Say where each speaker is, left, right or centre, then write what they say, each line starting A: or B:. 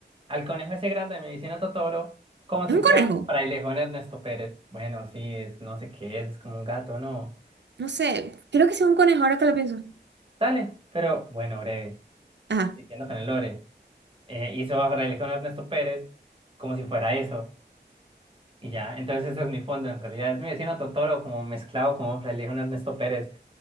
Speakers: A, on the right; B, on the right.
A: al conejo ese grande de Medicina Totoro como
B: Es
A: si
B: un
A: fuera
B: conejo.
A: frailejón Ernesto Pérez. Bueno, sí, es, no sé qué es, es como un gato, ¿no?
B: No sé, creo que sí es un conejo ahora que lo pienso.
A: Dale, pero bueno, breve.
B: Ajá.
A: Siguiendo con el lore. eh, hizo a frailejón Ernesto Pérez como si fuera eso. Y ya, entonces ese es mi fondo. En realidad es Medicina Totoro como mezclado como frailejón Ernesto Pérez.